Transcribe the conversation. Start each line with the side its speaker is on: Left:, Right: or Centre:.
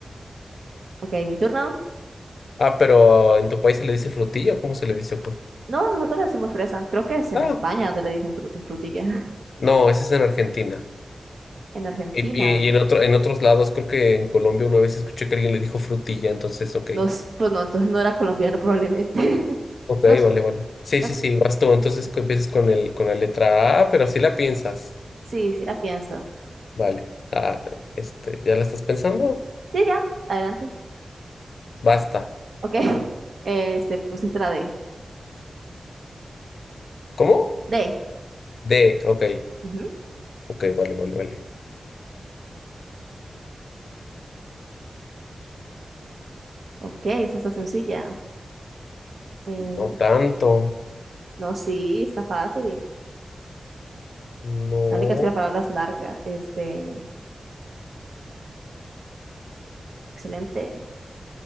Right: Ok, mi turno.
Left: Ah, pero en tu país se le dice frutillo, ¿cómo se le dice? pues?
Right: No, nosotros le decimos fresa. Creo que es en
Left: Ah,
Right: España donde le dicen fru- frutilla. <laughs>
Left: no, ese es en Argentina.
Right: En Argentina.
Left: Y, y, y en otro, en otros lados, creo que en Colombia una vez escuché que alguien le dijo frutilla, entonces, ok.
Right: No, s- pues no, entonces no era colombiano probablemente. <laughs>
Left: Ok,
Right: No, s-
Left: vale, vale. Sí,
Right: ah,
Left: sí, sí, vas tú. Entonces co- empiezas con el, con la letra A, Ah, pero sí la piensas.
Right: sí, sí la pienso.
Left: Vale. Ah, este, ¿ya la estás pensando?
Right: Sí, ya, adelante.
Left: Basta.
Right: Ok, <laughs> este, pusiste la D.
Left: ¿Cómo?
Right: D.
Left: D, ok.
Right: Ujú.
Left: Ok, vale, vale, vale.
Right: Ok, esa está sencilla. Eh,
Left: No tanto.
Right: no, sí, está fácil.
Left: No.
Right: La única es que la palabra es larga. Este, excelente.